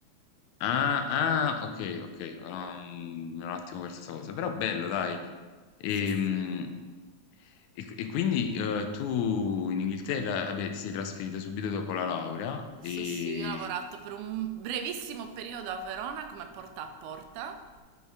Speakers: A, on the left; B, on the right.
A: Ah, ah, okay, okay. Uhm, mi ero un attimo perso sta cosa, però bello dai. Ehm
B: Sì, sì.
A: E, e quindi eh, tu in Inghilterra, vabbè, ti sei trasferita subito dopo la laurea e...
B: Sì, sì, io ho lavorato per un brevissimo periodo a Verona come porta a porta.